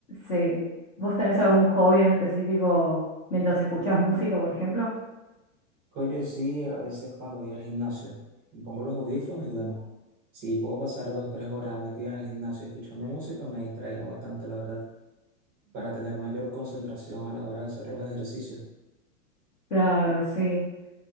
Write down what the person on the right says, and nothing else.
Oye, sí, a veces cuando voy al gimnasio, me pongo los audífonos y bueno, si puedo pasar dos, tres horas metido en el gimnasio escuchando música, me distraigo bastante, la verdad, para tener mayor concentración a la hora de hacer los ejercicios.